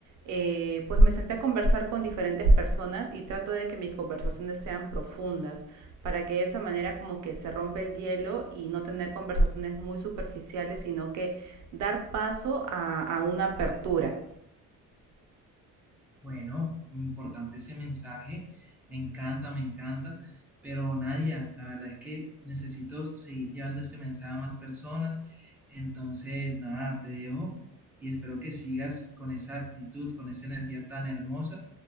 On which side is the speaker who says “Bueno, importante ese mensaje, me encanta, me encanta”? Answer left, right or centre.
Centre